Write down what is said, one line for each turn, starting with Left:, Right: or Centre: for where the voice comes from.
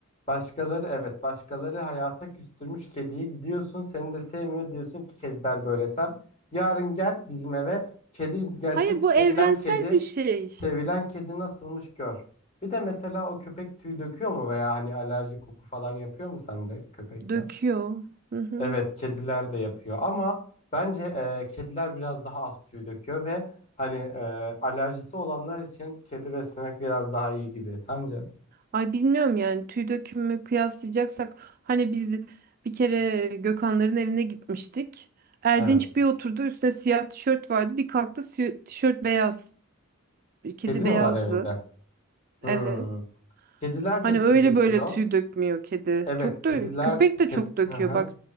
Left: Başkaları evet başkaları hayata küstürmüş kediyi gidiyorsun seni de sevmiyor diyorsun ki kediler böyle sen. Yarın gel bizim eve kedi gerçek
Right: Hayır bu
Left: sevilen
Right: evrensel
Left: kedi
Right: bir şey.
Left: sevilen kedi nasılmış gör. Bir de mesela o köpek tüy döküyor mu veya hani alerji koku falan yapıyor mu sende köpekler?
Right: Döküyor. Hı hı.
Left: Evet kediler de yapıyor ama bence e, kediler biraz daha az tüy döküyor ve hani e, alerjisi olanlar için kedi beslemek biraz daha iyi gibi sence?
Right: Ay bilmiyorum yani tüy dökümü kıyaslayacaksak hani biz bir kere Gökhanların evine gitmiştik. Erdinç
Left: Evet
Right: bir oturdu üstüne siyah tişört vardı bir kalktı si- tişört beyaz. Kedi
Left: kedi mi
Right: beyazdı.
Left: var evinde? Hmm.
Right: Evet.
Left: Kediler
Right: Hani
Left: de tüy
Right: öyle
Left: döküyor.
Right: böyle tüy dökmüyor kedi.
Left: Evet,
Right: Çok
Left: kediler
Right: da köpek de
Left: ked...
Right: çok döküyor
Left: Hı hı.
Right: bak